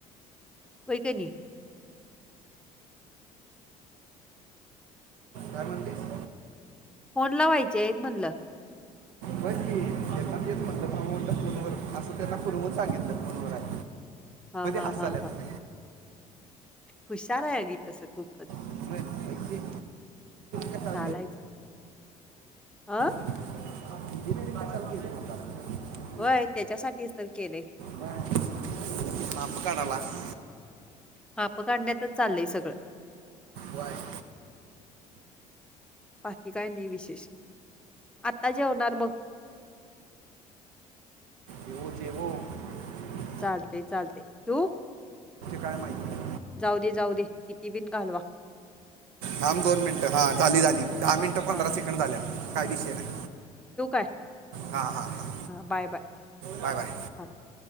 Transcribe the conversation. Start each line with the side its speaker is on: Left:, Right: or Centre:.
Centre: व्हय कनी
Right: काय म्हटलीस <inaudible>
Centre: फोन ला व्हायचे आहेत म्हणलं
Right: बघ की <unintelligible> येत म्हटलं मा म्हटलं फोन व अस त्याला ख <unintelligible> <unintelligible> हो सांगितलं फोनवर <inaudible>
Centre: हा- हा
Right: हसाल्यात
Centre: -हा- हा हुशार आहे आम्ही तसं खूपच
Right: मग ते- कशाला
Centre: चालायच अ
Right: धीम धमे लते <inaudible> <unintelligible>
Centre: होय त्याच्यासाठीच तर केलय
Right: बा <unintelligible> <inaudible> आपप काडाला <unintelligible>
Centre: माप काढण्यातच चाललंय सगळं
Right: व्हय <inaudible>
Centre: बाकी काय नाही विशेष आता जेवणार बघ
Right: येव देव <unintelligible> <inaudible>
Centre: चालतय- चालतय ठेऊ
Right: काय माहीत
Centre: जाऊ दे जाऊ दे किती बिन घालवा
Right: थांब दोन मिनिटं हा झाली झाली दहा मिनिटं पंधरा
Centre: "हां,
Right: सेकंड झाल्यात काय विषय नाही.
Centre: हं
Right: हां हां हां
Centre: बाय बाय.
Right: Bye bye.
Centre: हां, हां."